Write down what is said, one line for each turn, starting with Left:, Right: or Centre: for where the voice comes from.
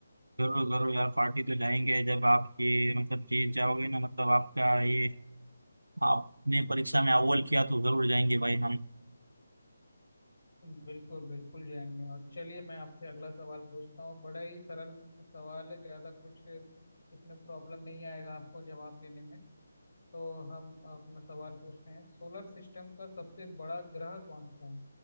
Right: जरूर जरूर यार पार्टी तो जाएंगे जब आप ये मतलब जीत जाओगे ना मतलब आपका ये आपने परीक्षा में अव्वल किया तो जरूर जाएंगे भाई हम
Left: बिल्कुल बिल्कुल जाएंगे और चलिए मैं आपसे अगला सवाल पूछता हूँ बड़ा ही सरल सवाल है ज़्यादा कुछ इसमें प्रॉब्लम नहीं आएगा आपको जवाब देने में तो हम अपना सवाल पूछते हैं सोलर सिस्टम का सबसे बड़ा ग्रह कौन सा है